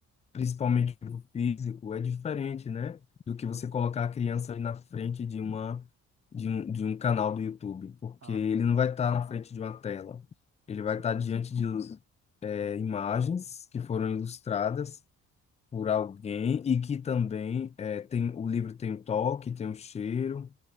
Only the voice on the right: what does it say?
Ah,
com
certeza,